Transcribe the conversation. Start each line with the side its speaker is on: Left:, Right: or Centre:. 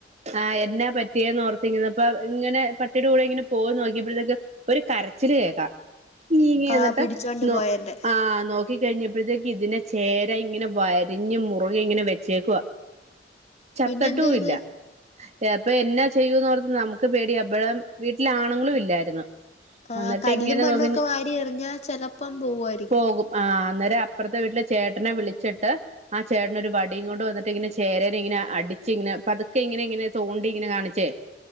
Right: ആ എന്നാ പറ്റിയേന്ന് ഓർത്തിങ്ങുന്ന അപ്പൊ ഇങ്ങനെ പട്ടിയുടെ കൂടെ ഇങ്ങനെ പോകന്ന് നോക്കിയപ്പോഴത്തേക്ക ഒരു കരച്ച കരച്ചിൽ കേക്കാം ങേ
Left: ആ
Right: എന്നിട്ട്
Left: പിടിച്ചോണ്ട്
Right: ന
Left: പോയെന്റെ
Right: ആ നോ നോക്കി കഴിഞ്ഞപ്പോഴത്തേക്ക് ഇതിനെ ചേര ഇങ്ങനെ വരഞ്ഞ് മുറുകെ ഇങ്ങനെ വെച്ചേക്കവാ ചത്തട്ടും
Left: പിന്നെ എന്ത് ചെയ്ത്
Right: ഇല്ല അപ്പൊ എന്നാ ചെയ്യൂന്നോർത്ത് നമുക്ക് പേടിയ അപ്പോഴം വീട്ടില ആണുങ്ങളും ഇല്ലായിരുന്നു
Left: ആ
Right: എന്നിട്ട്
Left: കല്ലും
Right: ഇങ്ങനെ
Left: മണ്ണും
Right: നോക്കി
Left: ഒക്കെ വാരി എറിഞ്ഞാ ചെലപ്പം പോവുമായിരിക്കും
Right: പോകും ആ അന്നേരം അപ്പുറത്തെ വീട്ടിലെ ചേട്ടനെ വിളിച്ചിട്ട് ആ ചേട്ടന ഒരു വടിയും കൊണ്ട് വന്നിട്ട് ഇങ്ങനെ ചേരന ഇങ്ങനെ അടിച്ച ഇങ്ങനെ അ പതുക്കെ ഇങ്ങനെ ഇങ്ങനെ തോണ്ടി ഇങ്ങനെ കാണിച്ചേ